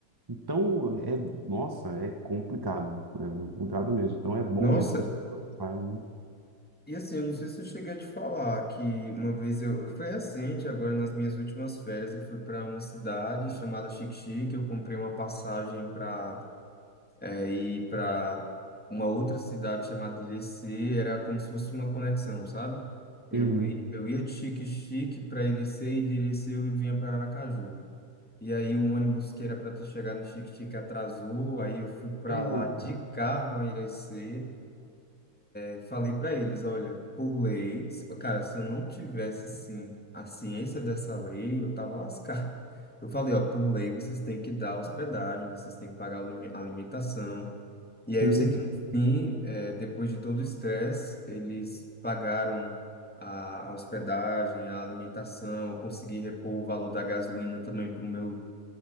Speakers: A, on the right; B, in the centre.
A: Então, é, nossa, é complicado, é complicado mesmo. Então, é bom
B: Nossa,
A: mesmo que as pessoas falem.
B: E assim, eu não sei se eu cheguei a te falar que uma vez eu. Foi recente, agora nas minhas últimas férias, eu fui para uma cidade chamada Xique-Xique. Eu comprei uma passagem para ir para uma outra cidade chamada Irecê. Era como se fosse uma conexão, sabe? Eu,
A: Uhum.
B: i- eu ia de Xique-Xique para Irecê e de Irecê eu vinha para Aracaju. E aí o ônibus que era para ter chegado no Xique-Xique atrasou, aí eu fui para
A: Eita,
B: lá de carro a Irecê. Eu falei para eles, olha, por lei, se- cara, se eu não tivesse sim a ciência dessa lei, eu tava lascado. Eu falei, ó, por lei vocês têm que dar hospedagem, vocês têm que pagar a alime- alimentação. E
A: sim,
B: aí eu sei que no fim, eh, depois de todo o estresse, eles pagaram a, a hospedagem, a alimentação, eu consegui repor o valor da gasolina também pro meu,